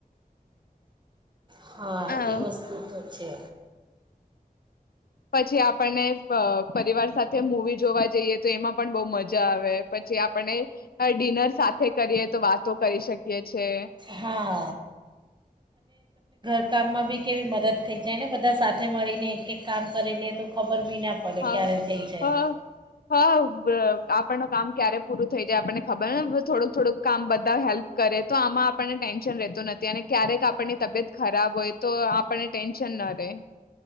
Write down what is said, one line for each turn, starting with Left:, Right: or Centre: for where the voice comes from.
Right: હા
Left: અ
Right: એ વસ્તુ તો છે.
Left: પછી આપણને પા પરિવાર સાથે મુવી જોવા જઈએ તો એમાં પણ બો મજા આવે પછી આપણે ડિનર સાથે કરીએ તો વાતો કરી શકીએ છે
Right: હા કામ મા બી કેવી મદદ થઈ જાય ને બધા સાથે મળીને એક કામ કરી લે તો ખબર બી ના પડે
Left: હા
Right: ક્યારે થઈ જાય
Left: હા હા આપણ ન કામ ક્યારે પૂરું થઈ જાય આપણને ખબર ને થોડુંક થોડુંકામ બધા હેલ્પ કરે તો આમાં આપણને ટેન્શન રહેતું નથી અને ક્યારેક આપણને તબિયત ખરાબ હોય તો આપને ટેન શન ના રે